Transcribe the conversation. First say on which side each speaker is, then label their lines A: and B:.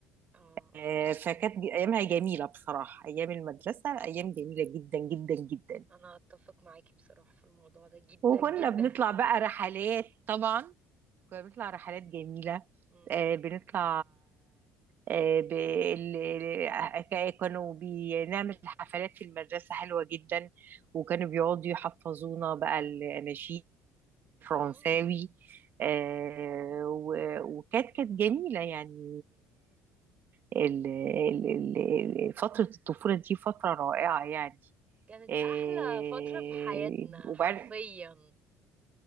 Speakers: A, on the right; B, on the right.
A: اه
B: آه، فكانت ج- أيامها جميلة بصراحة أيام المدرسة أيام جميلة جدا جدا جدا
A: انا اتفق معاكي بصراحة في الموضوع ده جدا
B: وكنا
A: جدا
B: بنطلع بقى رحلات طبعا كنا بنطلع رحلات جميلة
A: مم.
B: آه، بنطلع آه، ب- ال- ال- ك- كانوا بنعمل حفلات في المدرسة حلوة جدا وكانوا بيقعدوا يحفظونا بقى الأناشيد الفرنساوي
A: مم.
B: آه، و- وكانت كانت جميلة يعني آه، ال- ال- ال- ال- فترة الطفولة دي فترة رائعة يعني
A: كانت
B: إيه
A: احلى فترة في حياتنا
B: وبعد
A: حرفيا